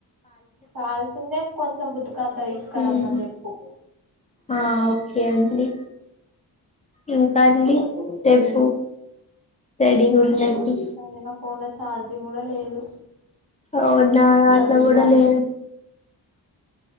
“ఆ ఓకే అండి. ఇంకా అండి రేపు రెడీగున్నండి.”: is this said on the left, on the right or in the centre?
Left